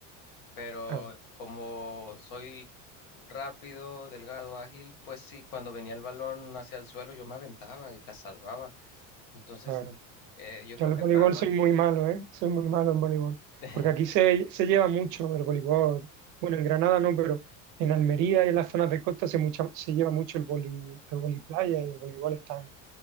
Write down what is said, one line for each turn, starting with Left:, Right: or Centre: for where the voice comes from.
Left: pero
Right: ah,
Left: como soy rápido, delgado, ágil, pues sí, cuando venía el balón hacia el suelo yo me aventaba y la salvaba. Entonces,
Right: claro.
Left: eh, yo
Right: Yo
Left: creo
Right: en
Left: que
Right: el voleibol
Left: para el voleibol,
Right: soy muy malo, ¿eh? Soy muy malo en voleibol.
Left: <laughs>
Right: Porque aquí se, se lleva mucho el voleibol. Bueno, en Granada no, pero en Almería y en las zonas de costa se, mucha, se lleva mucho el voli, el voliplaya y el voleibol están,